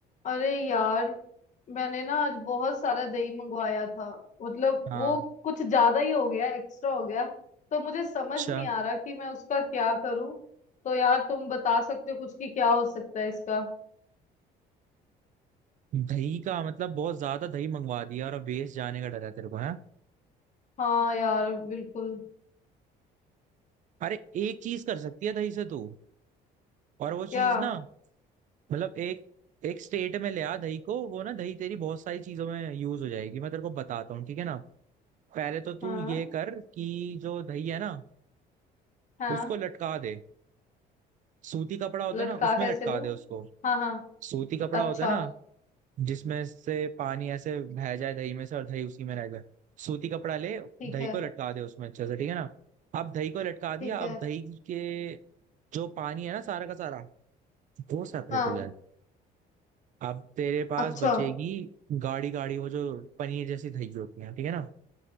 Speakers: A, on the left; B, on the right.
A: अरे यार मैंने ना आज बहुत सारा दही मंगवाया था मतलब
B: हाँ
A: वो कुछ ज्यादा ही हो गया एक्स्ट्रा हो गया तो मुझे समझ
B: अच्छा
A: नहीं आ रहा कि मैं उसका क्या करूं तो यार तुम बता सकते हो कुछ कि क्या हो सकता है इसका
B: दही का मतलब बहुत ज्यादा दही मंगवा दिया और अब वेस्ट जाने का डर है तेरे को है
A: हाँ यार बिल्कुल
B: अरे एक चीज कर सकती है दही से तू और वो चीज
A: क्या
B: ना मतलब एक एक स्टेट में ले आ दही को वो ना दही तेरी बहुत सारी चीजों में यूज हो जाएगी मैं तेरे को बताता हूँ ठीक है ना पहले तो तू
A: हाँ
B: ये कर कि जो दही है ना
A: हाँ
B: उसको लटका दे सूती कपड़ा होता
A: लटका
B: है ना उसमें
A: कैसे
B: लटका
A: दूं
B: दे उसको
A: हाँ हाँ
B: सूती कपड़ा
A: अच्छा
B: होता है ना जिसमें से पानी ऐसे बह जाए दही में से और दही उसी में रह जाए सूती कपड़ा ले
A: ठीक
B: दही
A: है
B: को लटका दे उसमें अच्छे से ठीक है ना अब दही को लटका दिया
A: ठीक है
B: अब दही के जो पानी है ना सारा का सारा वो सेपरेट
A: हाँ
B: हो जाएगा अब तेरे पास
A: अच्छा
B: बचेगी गाढ़ी गाढ़ी वो जो पनीर जैसी दही होती है ठीक है ना